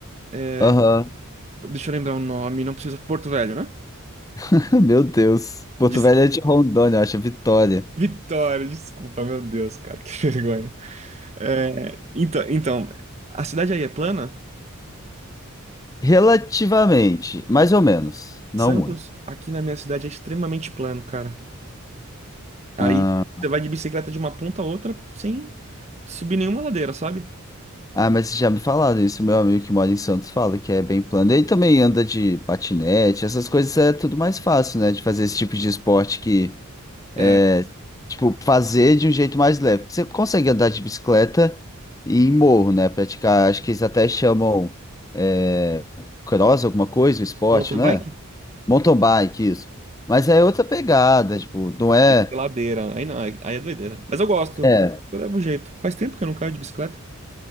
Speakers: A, on the right; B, on the left.
A: É,
B: Aham.
A: deixa eu lembrar o nome, não precisa. Porto Velho, né?
B: <laughs> Meu Deus. Porto
A: Des-
B: Velho é de Rondônia, eu acho, Vitória.
A: Vitória, desculpa, meu Deus, cara, <laughs> que vergonha. É, então, então, a cidade aí é plana?
B: Relativamente, mais ou menos, não
A: Santos,
B: muito.
A: aqui na minha cidade, é extremamente plano, cara. Aí
B: Ah,
A: você vai de bicicleta de uma ponta a outra sem subir nenhuma ladeira, sabe?
B: ah, mas vocês já me falaram isso, meu amigo que mora em Santos fala que é bem plano. Ele também anda de patinete, essas coisas é tudo mais fácil, né? De fazer esse tipo de esporte que
A: É,
B: É, tipo, fazer de um jeito mais leve. Você consegue andar de bicicleta e em morro, né? Praticar, acho que eles até chamam é, cross, alguma coisa, um esporte,
A: mountain
B: né?
A: bike?
B: Mountain bike, isso. Mas é outra pegada, tipo, não é.
A: Tem ladeira. Aí não, aí é doideira. Mas eu gosto.
B: É.
A: Eu levo jeito. Faz tempo que eu não caio de bicicleta.